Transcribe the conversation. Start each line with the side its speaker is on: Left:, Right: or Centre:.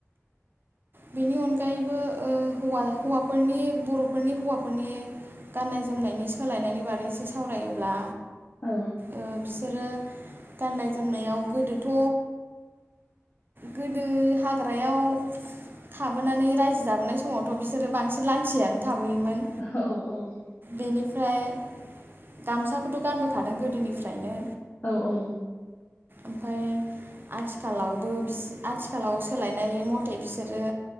Right: बेनि अनगायैबो ओ हौवा हौवाफोरनि बर'फोरनि हौवाफोरनि गाननाय जोमनायनि सोलायनायनि बारैसो सावरायोब्ला
Left: औ
Right: ओ बिस रो गाननाय जोमनायाव गोदोथ' गोदो हाग्रायाव थाबोनानै रायजो जाबोनाय समावथ' बिसोरो बांसिन लांथियानो थाबोयोमोन
Left: औ
Right: बेनिफ्राय ओमफाय गामसाखौथ गानबोखादों गोदोनिफ्रायनो।
Left: औ औ।
Right: ओमफाय आथिखालाव बो बिस आथिखालाव सोलायनाय मट नाथाय बिसोरो